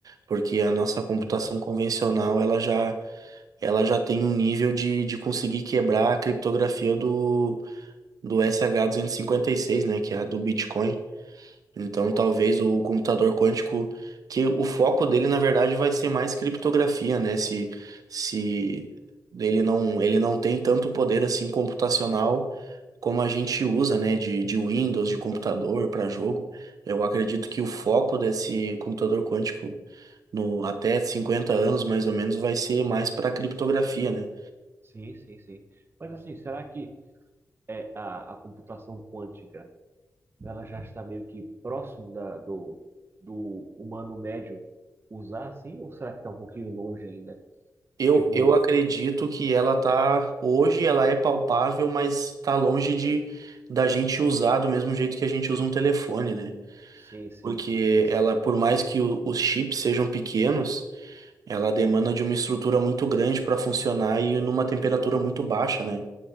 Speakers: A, on the right (about 70°); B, on the right (about 40°).
A: Porque a nossa computação
B: Aham.
A: convencional ela já ela já tem um nível de, de conseguir quebrar a criptografia do, do sh seis né? Que é a do Bitcoin. Então,
B: Nossa.
A: talvez o computador quântico, que o foco dele, na verdade, vai ser mais criptografia, né? Se, se ele não, ele não tem tanto poder assim computacional como a gente usa, né? De, de Windows, de
B: Aham.
A: computador para jogo. Eu acredito que o foco desse computador quântico, no, até 50 anos mais ou menos, vai ser mais para criptografia, né?
B: Sim, sim, sim. Mas assim, será que é, a, a computação quântica, ela já está meio que próximo da, do, do humano médio usar, assim? Ou será que está um pouquinho longe ainda?
A: Eu,
B: Tipo,
A: eu acredito que ela tá hoje ela é palpável, mas tá longe de da gente usar do mesmo jeito que a gente usa um telefone, né?
B: sim, sim.
A: Porque
B: Esse-
A: ela, por mais que o- os chips sejam pequenos, ela demanda de uma estrutura muito grande para funcionar e numa temperatura muito baixa, né?